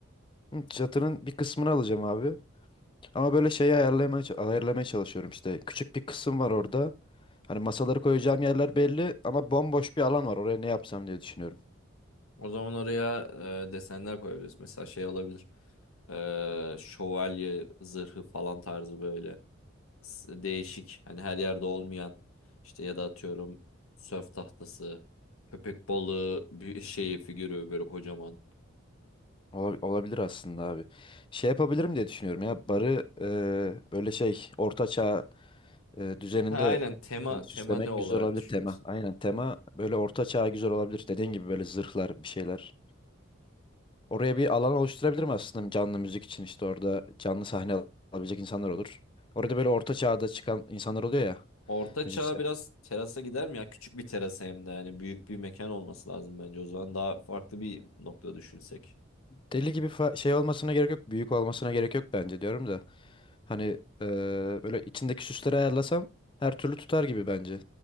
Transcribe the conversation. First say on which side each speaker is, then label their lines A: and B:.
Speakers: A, on the left; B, on the left.
A: Hı, Çatının bir kısmını alacağım abi. Ama böyle şeyi ayarlamaya, ça- ayarlamaya çalışıyorum işte. Küçük bir kısım var orada. Hani masaları koyacağım yerler belli ama bomboş bir alan var. Oraya ne yapsam diye düşünüyorum.
B: O zaman oraya eee, desenler koyabiliriz. Mesela şey olabilir. Eee, şövalye zırhı falan tarzı böyle s- değişik hani her yerde olmayan işte ya da atıyorum sörf tahtası, köpek balığı bir <laughs> şeyi figürü böyle kocaman.
A: Ola- Olabilir aslında abi. Şey yapabilirim diye düşünüyorum ya. Barı eee, böyle şey orta çağ eee, düzeninde
B: Ha, aynen tema
A: e, süslemek
B: tema ne olarak
A: güzel olabilir
B: düşünüyorsun?
A: tema. Aynen tema böyle orta çağ güzel olabilir. Dediğin gibi böyle zırhlar bir şeyler. Oraya bir alan oluşturabilirim aslında canlı müzik için işte orada canlı sahne alabilecek insanlar olur. Orada böyle orta çağda çıkan insanlar oluyor ya.
B: Orta
A: Müzisyen.
B: çağ biraz terasa gider mi ya? Küçük bir terasa hem de yani büyük bir mekan olması lazım bence. O zaman daha farklı bir nokta düşünsek.
A: Deli gibi fa- şey olmasına gerek yok. Büyük olmasına gerek yok bence diyorum da. Hani eee, böyle içindeki süsleri ayarlasam her türlü tutar gibi bence.